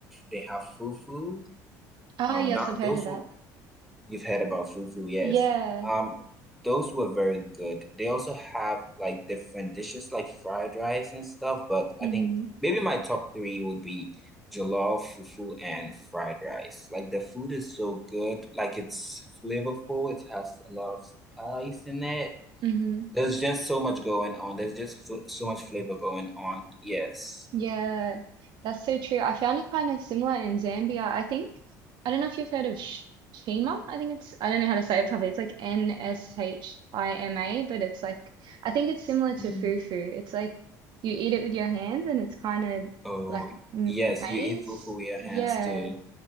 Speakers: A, in the centre; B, on the right.
A: they have fufu.
B: Oh,
A: Um,
B: yes,
A: that
B: I've heard
A: those
B: of that.
A: were You've heard about fufu, yes.
B: Yeah.
A: Um, those were very good. They also have like different dishes like fried rice and stuff, but
B: Mm-hmm.
A: I think maybe my top three would be jollof, fufu, and fried rice. Like the food is so good. Like it's flavorful. It has a lot of spice in it.
B: hmm
A: There's just so much going on. There's just fl so much flavor going on. Yes.
B: Yeah, that's so true. I found it kind of similar in Zambia. I think, I don't know if you've heard of Sh Shima. I think it's, I don't know how to say it properly. It's like N-S-H-I-M-A, but it's like, I think it's similar to
A: Mm.
B: fufu. It's like you eat it with your hands and it's kind of
A: Oh,
B: like m
A: yes.
B: maize.
A: You eat fufu with your
B: Yeah.
A: hands too.